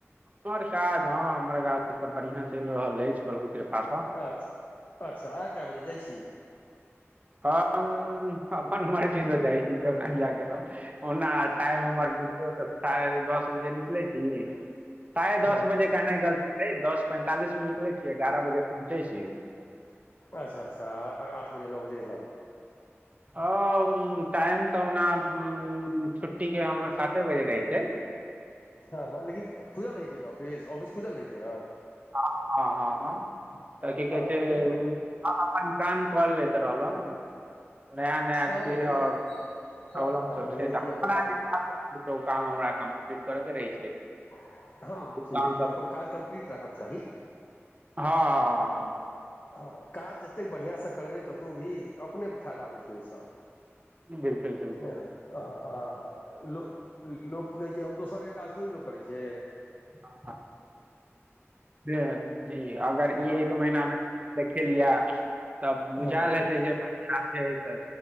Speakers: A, on the right; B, on the left.
A: हमर काज हां हमर काज त बढ़ियां चैल रहल एछ प्रभु कृपा
B: अच्छ, अच्छा अहाँ काए बजे जाय छी।
A: हम अपन मर्जी से जाय छी जखन जा के रहल ओना टाइम हमर <unintelligible> से साढ़े दस बजे निकलै छी, साढ़े
B: हँ
A: दस बजे एहना गलत छै दस पैंतालिस मे निकले छियै, एगारह बजे पहुँचे छी।
B: अच्छा-अच्छा आ और आठ बजे, नौ बजे एलौ।
A: औ उम्म टाइम तऽ ओना उम्म छुट्टी के हमर साते बजे रहै छै।
B: हां हां लेकिन खुजल रहै छै नै ऑफिस, ऑफिस खुजल रहै छै नै।
A: हां हां हां हां तऽ की
B: हँ
A: कहै छै
B: तऽ भेलै
A: उ
B: ने
A: हम अपन काम कर लैत रहलौ। नया-नया
B: हँ
A: छियै
B: तऽ भेलै
A: और प्रॉब्लम
B: हँ हँ
A: सब
B: भेलै
A: छै तऽ
B: कि
A: हम
B: अपन
A: अपना जे <unintelligible> त उ काम हमरा कम्प्लीट करऽ के रहै छै।
B: हां
A: ओ
B: हां सहिये
A: काम
B: कि
A: सब
B: अपन काज कम्प्लीट राखै के चाही।
A: हां हां हां हां।
B: हाँ काज जतेक बढ़ियाँ से करबै कतो भी त अपने फायदा होय छै ओय से
A: बिलकुल बिलकुल
B: <unintelligible> हां-हां-हां लोक, लोक कहै छै हम दोसरके काज थोड़ी लोक करै छीये।
A: हां बेहद जी अगर
B: हँ
A: इ एक महीना मे देखेलियए तब बुझाएल
B: हँ हँ
A: हेतै
B: हँ
A: जे अपन जानते ते